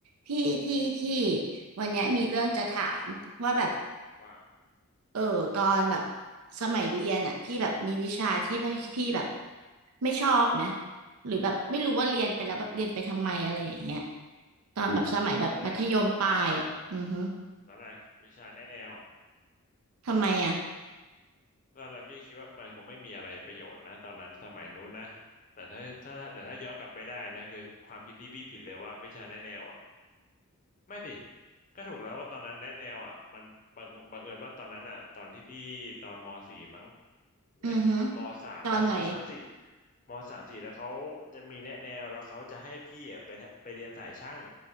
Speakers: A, on the right; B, on the left.
A: พี่พี่พี่วันเนี้ยมีเรื่องจะถามว่าแบบ
B: ครับว่า
A: เออตอนแบบสมัยเรียนอ่ะพี่แบบมีวิชาที่ไม่พี่แบบไม่ชอบไหมหรือแบบไม่รู้ว่าเรียนไปแล้วแบบเรียนไปทำไมอะไรอย่างเงี้ยตอนแบบสมัยแบบมัธยมปลายอ่ะอือฮึ
B: ตอนแรกตอนแรกวิชาแนะแนว
A: ทำไมอ่ะ
B: ก็เราพี่คิดว่ามันคงไม่มีอะไรประโยชน์นะตอนนั้นสมัยนู้นนะแต่ถ้าถ้าถ้าแต่ถ้าย้อนกลับไปได้นะคือความคิดที่พี่ผิดเลยว่าวิชาแนะแนวอ่ะไม่สิก็ถูกแล้วว่าตอนนั้นแนะแนวอ่ะมันบังบังเอิญว่าตอนนั้นอ่ะตอนที่พี่ตอนม .4 มั้ง เอ๊ะมสามมมสามสี่
A: อือฮึตอนไหน
B: มสามสี่แล้วเขาจะมีแนะแนวแล้วเขาจะให้พี่อะไปทะไปเรียนสายช่าง